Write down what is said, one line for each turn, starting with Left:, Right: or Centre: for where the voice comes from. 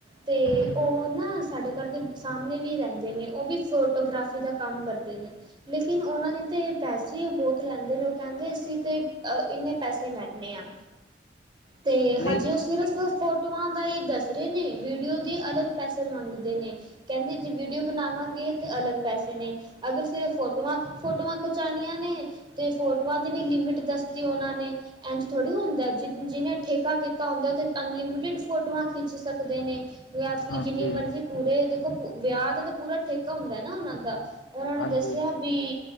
Right: ਤੇ
Left: ਹਾਂਜੀ
Right: ਉਹ ਨਾ ਸਾਡੇ ਘਰ ਦੇ ਸਾਹਮਣੇ ਵੀ ਰਹਿੰਦੇ ਨੇ ਉਹ ਵੀ ਫੋਟੋਗ੍ਰਾਫੀ ਦਾ ਕੰਮ ਕਰਦੇ ਨੇ ਲੇਕਿਨ ਉਹਨਾਂ ਦੀ ਤਾਂ ਇਹ ਪੈਸੇ ਆ ਬਹੁਤ ਲੈਂਦੇ ਨੇ ਉਹ ਕਹਿੰਦੇ ਅਸੀਂ ਤਾਂ ਇੰਨੇ ਪੈਸੇ ਲੈਂਦੇ ਹਾਂ ਤੇ ਹਜੇ
Left: ਨਹੀਂ
Right: ਉਹ ਸਿਰਫ ਫੋ ਫੋਟੋਆਂ ਦਾ ਹੀ ਦੱਸ ਰਹੇ ਨੇ ਵੀਡੀਓ ਦੀ ਅਲੱਗ ਪੈਸੇ ਮੰਗਦੇ ਨੇ ਕਹਿੰਦੇ ਨੇ ਜੇ ਵੀਡੀਓ ਬਣਾਵਾਂਗੇ ਤੇ ਅਲੱਗ ਪੈਸੇ ਨੇ ਅਗਰ ਸਿਰ ਫੋਟੋਆਂ ਫੋਟੋਆਂ ਖਚਾਣੀਆਂ ਨੇ ਤੇ ਫੋਟੋਆਂ ਦੀ ਵੀ ਲਿਮਿਟ ਦੱਸਦੀ ਉਹਨਾਂ ਨੇ ਇੰਝ ਥੋੜੀ ਹੁੰਦਾ ਜੇ ਜਿਹਨੇ ਠੇਕਾ ਕੀਤਾ ਹੁੰਦਾ ਉਥੇ ਅਨਲੀਮੈਟਿਡ ਫੋਟੋਆਂ ਖਿੱਚ ਸਕਦੇ ਨੇ
Left: ਹਾਂਜੀ
Right: ਜਿੰਨੀ ਮਰਜ਼ ਪੂਰੇ ਦੇਖੋ ਵਿਆਹ ਦਾ ਤਾਂ ਪੂਰਾ ਠੇਕਾ ਹੁੰਦਾ ਨਾ ਉਹਨਾਂ ਦਾ ਉਹਨਾਂ ਨੇ
Left: ਹਾਂਜੀ
Right: ਦੱਸਿਆ ਵੀ